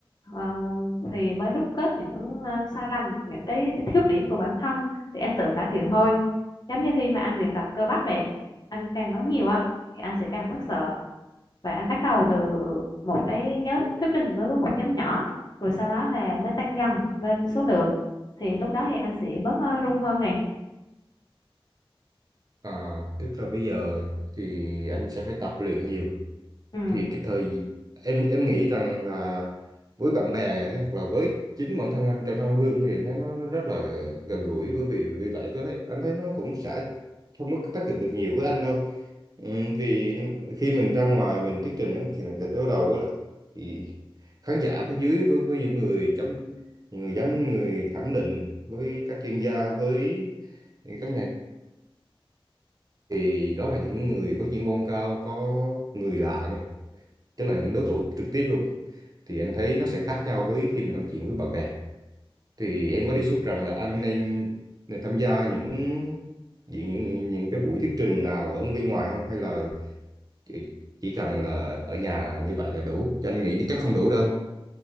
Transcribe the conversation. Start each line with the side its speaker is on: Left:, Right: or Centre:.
Left: Ờ, thì mới rút kết những ờ, sai lầm, những cái khuyết điểm của bản thân để anh tự cải thiện thôi. Giống như khi mà anh luyện tập cơ bắp vậy, anh càng nói nhiều á thì anh sẽ càng bớt sợ và anh bắt đầu từ một cái nhóm thuyết trình đối với một nhóm nhỏ rồi sau đó là mới tăng dần lên số lượng thì lúc đó thì anh sẽ bớt ờ, rung hơn này
Right: à, tức là bây giờ thì anh sẽ phải tập luyện nhiều
Left: ừ
Right: thì cái thời em em nghĩ rằng là với bạn bè hoặc là với chính bản thân anh trong trong gương thì anh thấy nó rất là gần gũi bởi vì vì vậy tôi thấy anh thấy nó cũng sẽ không có tác dụng được nhiều với anh đâu Ừm, vì khi mình ra ngoài mình thuyết trình á, thì mình sẽ đối đầu với lại thì khán giả phía dưới với với những người chấm những người giám người thẩm định với các chuyên gia với các nhà thì đó là những người có chuyên môn cao có người lạ nha tức là những đối thủ trực tiếp luôn thì anh thấy nó sẽ khác nhau với khi mình nói chuyện với bạn bè thì em có đề xuất rằng là anh nên, nên tham gia những những, những những cái buổi thuyết trình nào ở bên ngoài không hay là chỉ, chỉ cần là ở nhà như vậy là đủ cho anh nghĩ nó chắc không đủ đâu